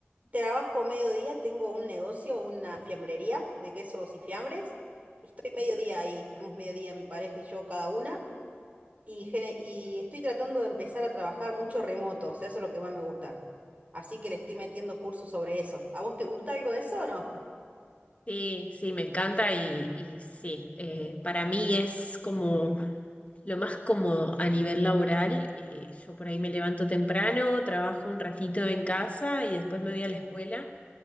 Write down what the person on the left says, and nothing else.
Ujú.
Sí, sí, me encanta y, y sí, eh, para mí es como lo más cómodo a nivel laboral. Eh, yo por ahí me levanto temprano, trabajo un ratito en casa y después me voy a la escuela